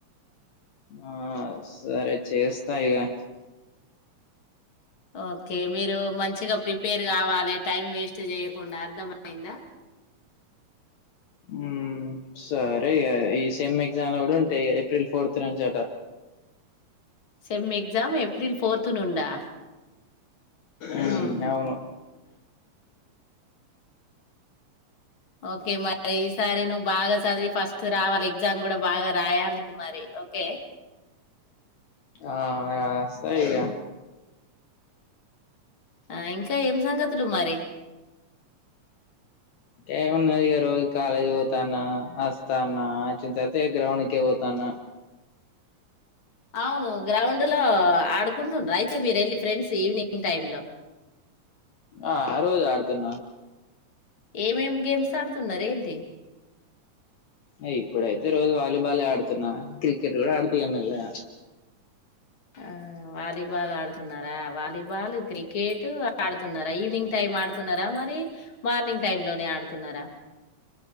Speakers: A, on the left; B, on the left.
A: ఆ సరే చేస్త చేస్తా ఇగా
B: ఓకే మీరు మంచిగా ప్రిపేర్ కావాలి. టైం వేస్ట్ చేయకుండా అర్థంమయిందా.
A: ఊ సరే ఇగ సేమ్ ఎగ్జా అప్పుడు ఉంటాయి ఇగ ఏప్రిల్ ఫోర్త్ <unintelligible> చేట
B: సెమ్ ఎగ్జామ్ ఏప్రిల్ ఫోర్త్ నుండా
A: మ్మ్
B: ఉహు
A: అవును
B: ఓకే మరి ఈసారి నువ్వు బాగా చదివి ఫస్ట్ రావాలి. ఎగ్జామ్ కూడా బాగా రాయాలి మరి ఓకే
A: ఆ రాస్తా ఇగ
B: ఆ ఇంకా ఏం సంగతులు మరి
A: ఏమున్నది ఇగ రోజు కాలేజ్ పోతాన్న వస్తాన్న వచ్చిన తర్వాత గ్రౌండ్కే పోత త్తన
B: అవును గ్రౌండ్ లో ఆడుకుంటుండ్రా అయితే మీరు వెళ్ళి ఫ్రెండ్స్ ఈవినింగ్ టైమ్ లో
A: ఆ రోజు ఆడుతున్నా
B: ఏమేంమేం గేమ్స్ ఆడుతున్నారూ ఏంది
A: ఇంగ ఇప్పుడు ఆయితే రోజు వాలిబాలే ఆడు <unintelligible> ఇప్పుడు <unintelligible> మెల్లగా
B: ఆ వాలీబాల్ ఆడుతున్నారా వాలీబాల్, క్రికెట్ ఆడుతున్నారా. ఈవినింగ్ టైం ఆడుతున్నారా. మరి మార్నింగ్ టైమ్ లోనే ఆడుతున్నారా.